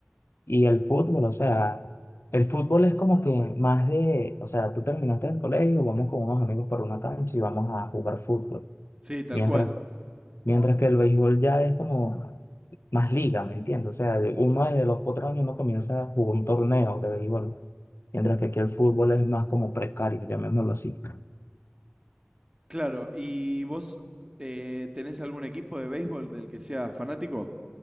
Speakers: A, on the left; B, on the right.
A: Y el fútbol, o sea, el fútbol es como que más de, o sea, tú terminaste el colegio, vamos con unos amigos por una cancha y vamos a jugar fútbol.
B: Sí, tal
A: Mientras,
B: cual.
A: mientras que el béisbol ya es como más liga, ¿me entiendes? O sea, uno desde los cuatro años uno comienza a jugar un torneo de béisbol. Mientras que aquí el fútbol es más como precario, llamémoslo así.
B: Claro, ¿y vos eh, tenés algún equipo de béisbol del que seas fanático?